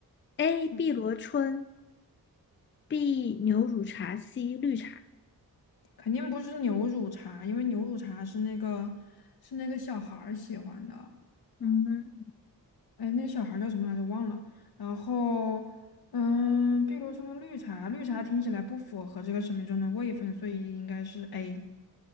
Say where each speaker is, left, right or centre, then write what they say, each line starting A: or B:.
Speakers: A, on the left; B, on the left.
A: A.
B: 是
A: 碧螺春 B 牛乳茶，C 绿茶。
B: 肯定不是牛乳茶，因为牛乳茶是那个是那个小孩儿喜欢的，
A: 嗯，
B: 哎，那小孩儿叫什么来着？忘了。然后，嗯，碧螺春的绿茶，绿茶听起来不符合这个生命中的位分，所以应该是 A。